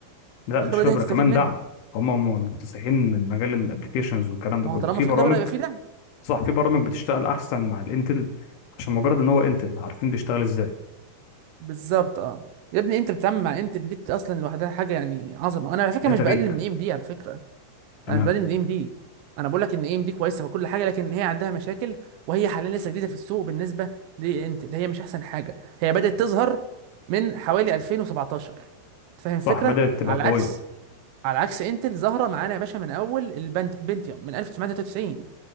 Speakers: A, on the left; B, on the right.
A: لا
B: الخبره
A: مش خبره
B: دي هتستفيد
A: كمان
B: منها
A: دعم هم م- مكتسحين من مجال الابلكيشنز والكلام ده
B: ما
A: كله
B: هو طالما
A: في
B: في
A: برامج
B: خبره يبقى في دعم
A: صح في برامج بتشتغل احسن مع الانتل عشان مجرد ان هو انتل عارفين بيشتغل ازاي
B: بالظبط اه يا ابني انت بتتعامل مع انت اللي دي اصلا لوحدها حاجه يعني عظمه انا على فكره
A: ده
B: مش
A: تاريخ
B: بقلل من اي ام دي على فكره
A: تمام
B: انا مش بقلل من اي ام دي انا بقول لك ان اي ام دي كويسه وكل حاجه لكن هي عندها مشاكل وهي حاليا لسه جديده في السوق بالنسبه لانتل هي مش احسن حاجه هي بدات تظهر من حوالي 2017 أنت فاهم الفكره
A: صح بدأت تبقى
B: على
A: قويه
B: عكس على عكس انتل ظاهره معانا يا باشا من اول البنت بنتيوم من 1993